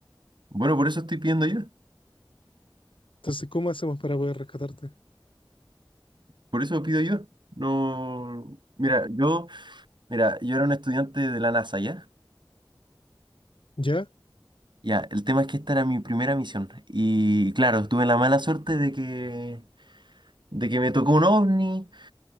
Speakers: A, on the right; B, on the left.
A: Bueno, por eso estoy pidiendo ayuda.
B: Entonces, ¿cómo hacemos para poder rescatarte?
A: Por eso pido ayuda. No, mira, yo... Mira, yo era un estudiante de la NASA, ¿ya?
B: ¿Ya?
A: Ya, el tema es que esta era mi primera misión. Y claro, tuve la mala suerte de que, de que me tocó un ovni.